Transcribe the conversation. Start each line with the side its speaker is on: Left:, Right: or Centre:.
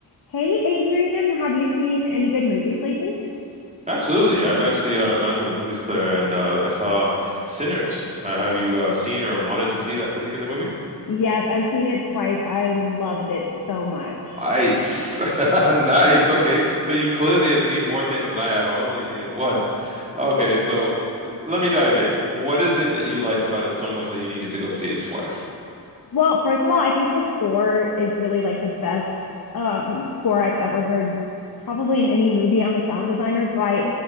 Left: Hey, Adrian, have you seen any good movies lately?
Right: Absolutely. I've actually uh, gone to the movies, Claire, and uh, I saw Sinners. Uh, have you uh, seen or wanted to see that particular movie?
Left: Yes, I've seen it twice. I loved it so much.
Right: Nice. <laughs> Nice. Okay. So you clearly have seen more things than I have. I've only seen it once. Okay. So uh, let me dive in. What is it that you like about it so much that you needed to go see it twice?
Left: Well, first of all, I think the score is really like the best um, score I've ever heard, probably in any movie. I'm a sound designer, so I